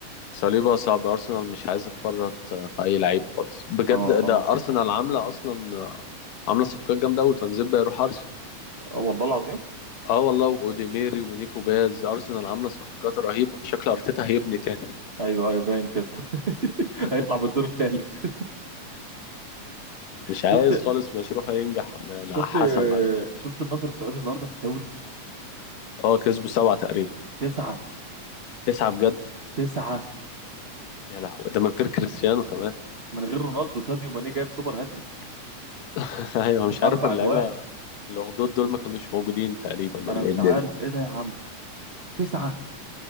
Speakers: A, on the left; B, on the right.
A: صليبا صعب أرسنال مش عايز تفرط آه، في أي لعيب خالص بجد
B: اه اه
A: ده أرسنال عاملة أصلا آه، عاملة صفقات جامدة أوي تونزيبي هيروح أرسنال
B: آه، والله العظيم
A: اه والله واوديميري ونيكو باز ارسنال عامله صفقات رهيبه شكل
B: مم.
A: ارتيتا هيبني تاني
B: ايوه ايوه باين كده <laughs>
A: <laughs>
B: هيطلع بالدور الثالث
A: مش
B: شفت
A: عايز خالص مشروعه ينجح مع
B: شفت
A: حسن عادي
B: شفت النصر السعودي النهارده في الدوري
A: اه كسبوا سبعة تقريبا
B: تسعة
A: تسعة بجد
B: تسعة
A: يا لهوي ده من غير كريستيانو كمان
B: من غير رونالدو ساديو ماني جايب سوبر هاتريك
A: <laughs> ايوه مش
B: اربع
A: عارف اللعيبة
B: جوال
A: الأخدود دول ما كانوش موجودين تقريبا
B: انا
A: ولا
B: مش
A: ايه الدنيا
B: عارف ايه ده يا عم تسعة